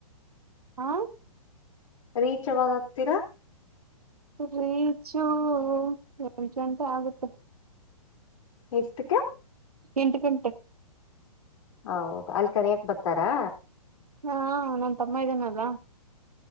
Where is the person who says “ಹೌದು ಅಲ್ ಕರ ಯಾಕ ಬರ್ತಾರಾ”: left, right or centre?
Left